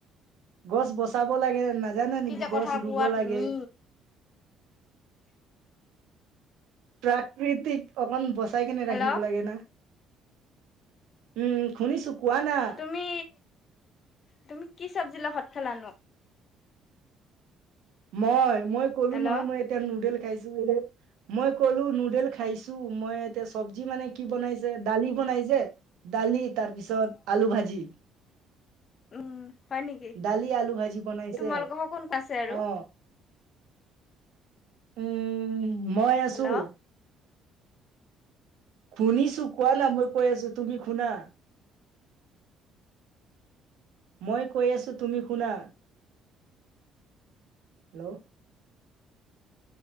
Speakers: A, on the right (about 75°); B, on the left (about 35°).
A: গছ বচাব লাগে নাজানা
B: কি
A: নেকি?
B: যে কথা
A: গছ
B: কোৱা
A: ৰুব
B: তুমি
A: লাগে। প্ৰাকৃতিক অকন বচাই কেনে
B: হেল্ল'
A: ৰাখিব লাগে না। উম শুনিছো কোৱা না
B: তুমি তুমি কি চব্জি লগত ভাত খালানো?
A: মই, মই কলো
B: হেল্ল'
A: নহয় মই এতিয়া নুডেল খাইছোঁ বুলি, এ মই ক'লো নুডেল খাইছোঁ মই। এতিয়া চব্জি মানে কি বনাইছে, দালি বনাইছে দালি তাৰ পিছত আলু ভাজি
B: উম্, হয় নেকি?
A: দালি আলু ভাজি বনাইছে
B: তোমালোকৰ ঘৰত কোন আছে আৰু
A: অ উম্, মই আছোঁ।
B: হেল্ল'
A: শুনিছোঁ, কোৱানা মই কৈ আছোঁ, তুমি শুনা। মই কৈ আছোঁ তুমি শুনা। হেল্ল'।